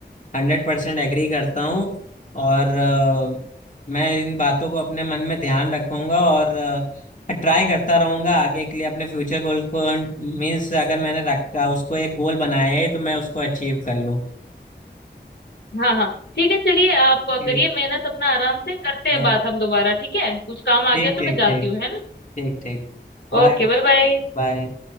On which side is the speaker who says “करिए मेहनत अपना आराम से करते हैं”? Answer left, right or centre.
Left